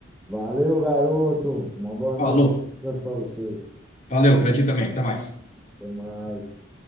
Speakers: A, in the centre; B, on the left.
A: Valeu, garoto. Uma boa noite.
B: Falou.
A: Descanso para você.
B: Valeu, para ti também. Até mais.
A: Até mais.